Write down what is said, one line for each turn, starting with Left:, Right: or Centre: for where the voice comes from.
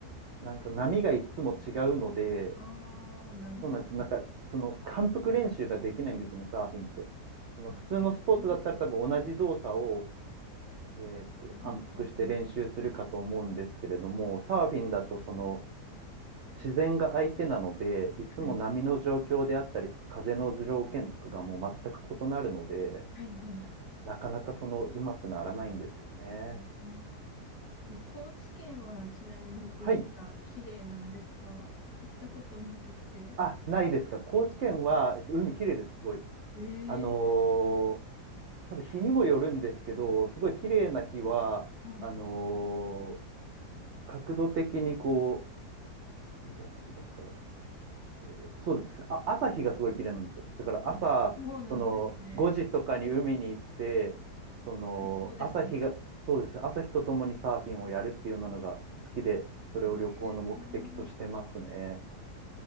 Right: なんか波がいつも違うので、
Left: ああ、なるほど。
Right: そうなんです。なんかその反復練習ができないんですよね、サーフィンって。その普通のスポーツだったら多分同じ動作を、
Left: うんうん
Right: えーっと、
Left: はい、
Right: 反復して練習するかと思うんですけれども、サーフィンだとその自然が相手なので、いつも波の状況であったりとか、
Left: はい、はい。
Right: 風の条件とかがもう全く異なるので、
Left: はい、はいはい
Right: なかなかそのうまくならないんですよね。
Left: うんえ高知県はちなみに海が綺麗なんですか行ったことなくて。
Right: はい。あ、ないですか。高知県は、えっと、海綺麗です、すごい。
Left: ええ
Right: あのー多分日にもよるんですけど、すごい綺麗な日は、
Left: はい。
Right: あのー角度的にこう、東だから、えーそうです。あ、朝日がすごい綺麗なんですよ。だから朝、
Left: あ、そうなんですね。
Right: その5時とかに海に行って、その朝日が、
Left: 最高ですね。
Right: そうです。朝日とともにサーフィンをやるっていうようなのが好きで、それを旅行の目的としてますね。
Left: ええ